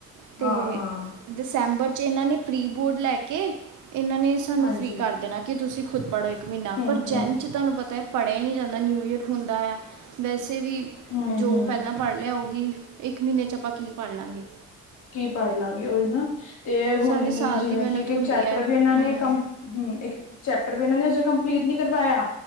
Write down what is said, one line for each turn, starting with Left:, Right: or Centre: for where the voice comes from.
Right: ਅਤੇ
Left: ਹਾਂ ਹਾਂ
Right: ਦਸੈਂਬਰ 'ਚ, ਇਹਨਾਂ ਨੇ ਪ੍ਰੀ ਬੋਰਡ ਲੈ ਕੇ, ਇਹਨਾਂ ਨੇ ਸਾਨੂੰ
Left: ਹਾਂਜੀ
Right: ਫਰੀ, ਕਰ ਦੇਣਾ ਕਿ ਤੁਸੀਂ, ਖੁਦ ਪੜ੍ਹੋ ਇੱਕ ਮਹੀਨਾ
Left: ਹਮ
Right: ਪਰ, ਚੈਨ
Left: ਹਮ
Right: 'ਚ ਤੁਹਾਨੂੰ ਪਤਾ ਪੜ੍ਹਿਆ ਹੀ, ਨਹੀਂ ਜਾਂਦਾ। ਨਿਊ ਈਅਰ ਹੁੰਦਾ ਆ, ਵੈਸੇ! ਵੀ
Left: ਹਮ
Right: ਜੋ
Left: ਹਮ
Right: ਪਹਿਲਾਂ ਪੜ੍ਹ ਲਿਆ ਉਹੀ ਇੱਕ ਮਹੀਨੇ 'ਚ, ਆਪਾਂ ਕੀ ਪੜ੍ਹ ਲਵਾਂਗੇ
Left: ਕੀ ਪੜ੍ਹ ਲਾਂਗੇ, ਉਹੀ ਨਾ ਤੇ ਹੁਣ
Right: ਸਾਰੇ ਸਾਲ
Left: ਜਿਵੇਂ
Right: ਦੀ ਮਿਹਨਤ
Left: ਕਿ, ਇੱਕ
Right: ਹੁੰਦੀ
Left: ਚੈਪਟਰ
Right: ਹੈ
Left: ਵੀ ਇਹਨਾਂ
Right: ਹੂੰ
Left: ਨੇ ਕੰ ਹਮ, ਇੱਕ ਚੈਪਟਰ ਵੀ ਇਹਨਾਂ ਨੇ, ਹਜੇ ਕੰਪਲੀਟ ਨਈ ਕਰਵਾਇਆ,